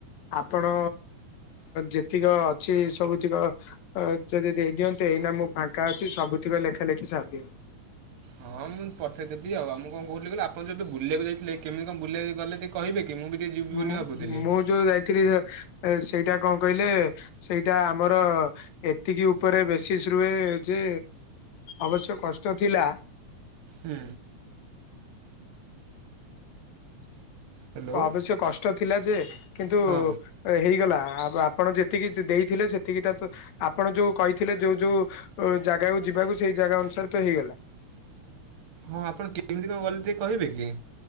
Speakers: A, on the left; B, on the right.
A: ଆପଣ ଯେତିକ ଅଛି ସବୁତିକ ଅ ଯଦି ଦେଇ ଦିଅନ୍ତେ ଏଇନା ମୁଁ ଫାଙ୍କା ଅଛି ସବୁତିକ ଲେଖାଲେଖି ସାରିଦିଏ।
B: ହଁ ମୁଁ ପଠେଇଦେବି ଆଉ ମୁଁ କଣ କହୁଥିଲି କହିଲ ଆପଣ ଯୋଉ ଏବେ ବୁଲିବାକୁ ଯାଇଥିଲେ କେମିତି କଣ ବୁଲିବାକୁ ଗଲେ ଟିକେ କହିବେ କି ମୁଁ ବି ଟିକେ ଯିବି
A: ମୁଁ
B: ବୋଲି ଭାବୁଥିଲି।
A: ମୁଁ <inaudible> ସେଇଟା କଣ କହିଲେ ସେଇଟା ଆମର ଏତିକି ଉପରେ ବେଶିଶ ରୁହେ ଯେ ଅବଶ୍ୟ କଷ୍ଟ ଥିଲା।
B: ହୁଁ। ହ୍ୟାଲୋ।
A: ଅବଶ୍ୟ କଷ୍ଟ ଥିଲା ଯେ କିନ୍ତୁ
B: ହଁ
A: ହେଇଗଲା ଆପଣ ଯେତିକି ଦେଇଥିଲେ ସେତିକିଟା ତ ଆପଣ ଯୋଉ କହିଥିଲେ ଯୋଉ ଯୋଉ ଯାଗାକୁ ଯିବାକୁ ସେଇ ଯାଗା ଅନୁସାରେ ତ ହେଇଗଲା।
B: ହଁ ଆପଣ କେମିତି କଣ ଗଲେ ଟିକେ କହିବେ କି?